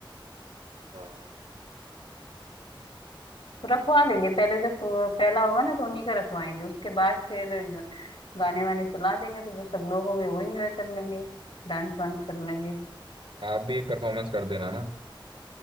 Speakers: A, on the right; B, on the left.
A: हाँ
B: रखवा लेंगे पहले जो फ- पहला होगा ना तो उन्हीं का रखवाएंगे उसके बाद फिर ग- गाने वाने चला देंगे तो जो सब लोग होंगे वो एंजॉय कर लेंगे डांस वांस कर लेंगे
A: आप भी एक परफॉर्मेंस कर देना ना